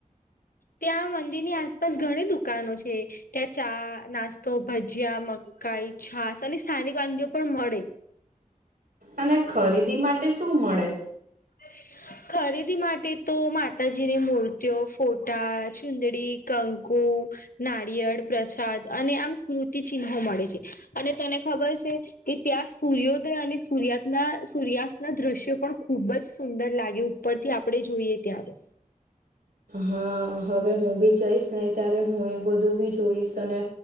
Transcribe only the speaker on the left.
ત્યાં મંદિર ની આસપાસ ઘણી દુકાનો છે. ત્યાં ચા નાસ્તો, ભજીયા, મકાઈ, છાસ અને સ્થાનિક વાનગીઓ પણ મળે
હ <unintelligible> ખરીદી માટે તો માતાજીની મૂર્તિઓ ફોટા ચુંદડી કંકુ નારિયેળ પ્રસાદ અને આમ સ્મૃતિ ચિહ્નો મળે છે, અને તને ખબર છે. કે ત્યાં સૂર્યોદય અને સૂર્યાના સૂર્યાસ્ત ના દ્રશ્યો પણ ખૂબ જ સુંદર લાગે ઉપરથી આપડણે જોઈએ ત્યારે